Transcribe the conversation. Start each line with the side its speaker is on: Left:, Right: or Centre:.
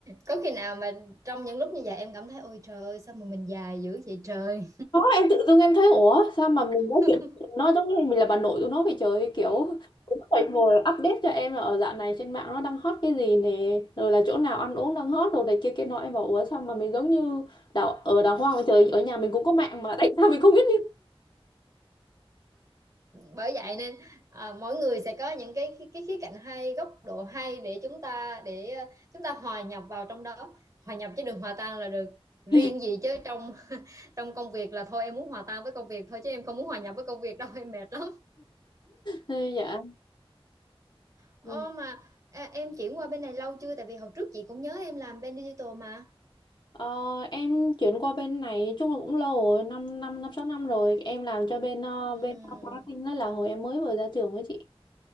Right: Có khi nào mà trong những lúc như vậy em cảm thấy ôi trời ơi sao mà mình già dữ vậy trời
Left: em tự dưng em thấy ủa sao mà mình nói
Right: <laughs>
Left: chuyện nó giống như mình là bà nội tụi nó vậy trời kiểu tụi nó phải ngồi update cho em là ở dạo này trên mạng nó đang hot cái gì nè rồi là chỗ nào ăn uống đang hot rồi này kia kia nọ em bảo ủa sao mà mình giống như đào ở đào hoang vậy trời ở nhà mình cũng có mạng mà tại sao mình không biết như
Right: bởi vậy nên à, mỗi người sẽ có những cái, cái cái khía cạnh hay góc độ hay để chúng ta để ờ, chúng ta hòa nhập vào trong đó hòa nhập chứ đừng hòa tan là được riêng
Left: <laughs>
Right: gì chứ trong <laughs> trong công việc là thôi em muốn hòa tan với công việc thôi chứ em không muốn hòa nhập với công việc đâu <laughs> em mệt lắm
Left: Ừ, dạ
Right: Ồ
Left: Ừ.
Right: mà à, em chuyển qua bên này lâu chưa tại vì hồi trước chị cũng nhớ em làm bên digital mà
Left: Ờ, em chuyển qua bên này chung là cũng lâu rồi năm năm năm sáu năm rồi em làm cho bên ờ,
Right: Ừm.
Left: bên marketing đó là hồi em mới vừa ra trường ấy chị